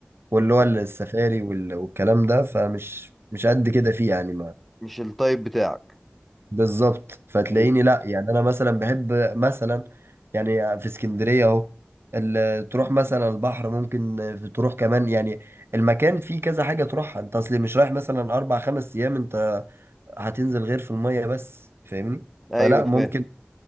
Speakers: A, on the right (about 70°); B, in the centre.
A: واللي
B: أمم.
A: هو السفاري وال... والكلام ده فمش مش قد كده فيه يعني
B: مش التايب بتاعك
A: بالظبط فتلاقيني
B: طيب
A: لا يعني انا مثلا بحب مثلا يعني في اسكندريه اهو ال- تروح مثلا البحر ممكن تروح كمان يعني المكان فيه كذا حاجه تروحها انت اصلي مش رايح مثلا اربع خمس ايام انت هتنزل غير في الميه بس فاهمني
B: أيوه
A: فلا
B: فاهم
A: ممكن